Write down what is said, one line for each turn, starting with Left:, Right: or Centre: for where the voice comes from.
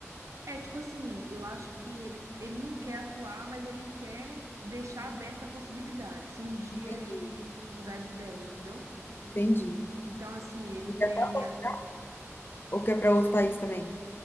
Right: é tipo assim, eu acho que ele, ele não quer atuar, mas ele quer deixar aberta a possibilidade, se um dia
Left: Entendi,
Right: ele mudar de ideia, entendeu?
Left: entendi.
Right: Então, assim, ele
Left: Ele quer
Right: tem.
Left: para Portugal
Right: a-
Left: ou quer para outro país também?